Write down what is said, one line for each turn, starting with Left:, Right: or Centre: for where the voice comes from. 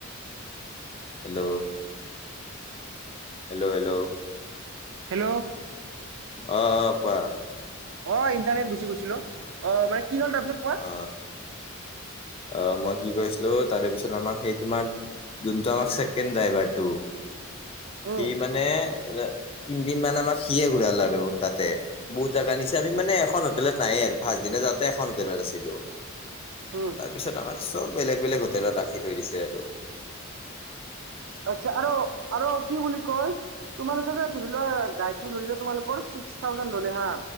Left: hello hello hello
Right: hello
Left: অ অ কোৱা
Right: অ ইণ্টাৰনেট গুচি গৈছিল অ অহ মানে কি হ'ল তাৰপিছত কোৱা
Left: অ অ মই কি কৈ আছিলো তাৰে পিছত আমাক সেই তোমাৰ যোনটো আমাক ছেকেণ্ড ডাইভাৰটো
Right: উম
Left: সি মানে তিনদিন মান আমাক সিয়ে ঘূৰাল আৰু তাতে বহুত জোগা নিছে আমি মানে এখন হোটেলত নায়েই আৰু পাচ দিনা যাওঁতে এখন হোটেলত আছিলো।
Right: উম
Left: তাৰপিছত আমাক চব বেলেগ বেলেগ হোটেলত ৰাখি থৈ দিছে আৰুটো
Right: আচ্ছা আৰু আৰু কি বুলি কয় তোমালোকে যে ধৰি লোৱা গাডীটো ধৰি লোৱা। তোমালোকৰ চিস্ক থাউজেন ললে হা